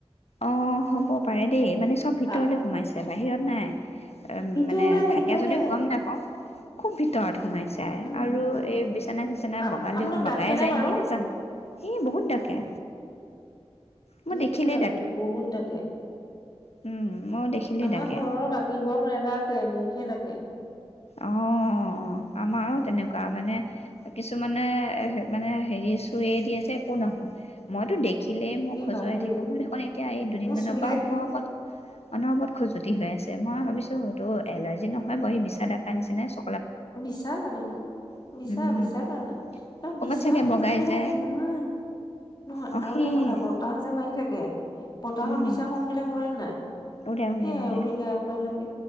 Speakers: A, on the left; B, on the left.
A: অঁ হ'ব পাৰে দেই মানে চব ভিতৰলে
B: আ
A: সোমাইছে বাহিৰত নাই
B: ভিতৰলৈ
A: মানে
B: আহে
A: থাকে
B: ভিতৰলৈ
A: যদিও
B: আহে
A: গম নাপাওঁ খুব ভিতৰত সোমাই চাই
B: উম।
A: আৰু এই বিচনা চিচনা
B: অ'
A: বগালেও
B: আপোনাক ডাকে
A: বগাই যায়
B: বাৰু?
A: নেকি নে জানো এ বহুত ডাকে মই
B: মুকু
A: দেখিলেই
B: ডাকে বহুত ডাকে
A: উম মই দেখিলেই
B: আমাৰ
A: ডাকে
B: ঘৰৰ বাকী বোৰক নেদাকে মুখে দেখো
A: অঁ, আমাৰো তেনেকুৱা মানে কিছুমানে মানে হেৰি কৈয়ে দিয়ে যে একো নহয়, মইতো দেখ দেখিলেই মোক
B: ই
A: খজুৱাই
B: বাপৰে
A: থাকে, মোৰ দেখোন এতিয়া এই দুদিনমানৰ
B: মোৰ চুলে
A: পৰা অনবৰত অনবৰত খজুতি হৈ আছে, মই ভাবিছোঁ এইটো এলাৰ্জি নহয় হয় বাৰু ই বিছা দাকা নিচিনাই চ
B: বিচাৰ কাৰণে
A: উম
B: বিচাৰ-বিচাৰ কাৰণে,
A: ক'ৰবাত
B: বিচা
A: চাগে
B: সোং
A: বগাই
B: বিলাক
A: যায়
B: ইমান, নহয়
A: অ সেইয়ে
B: আৰু এটা কথা বতাহ যে মাৰি থাকে বতাহত
A: উম
B: বিছা সুং বিলাক উৰে নাই।
A: উৰে উৰে-উৰে।
B: সেই এউৰি গাই পাই লাগে।